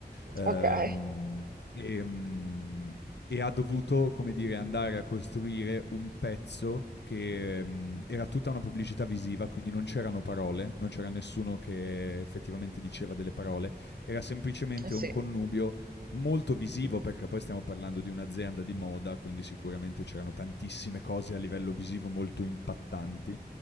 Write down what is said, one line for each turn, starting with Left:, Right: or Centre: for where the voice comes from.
Left: Ehm,
Right: Ok, eh
Left: e, mhmm e ha dovuto, come dire, andare a costruire un pezzo che ehm, era tutta una pubblicità visiva, quindi non c'erano parole, non c'era nessuno che effettivamente diceva delle parole, era semplicemente
Right: sì,
Left: un connubio molto visivo perché poi stiamo parlando di un'azienda di moda, quindi sicuramente c'erano tantissime cose a livello visivo molto impattanti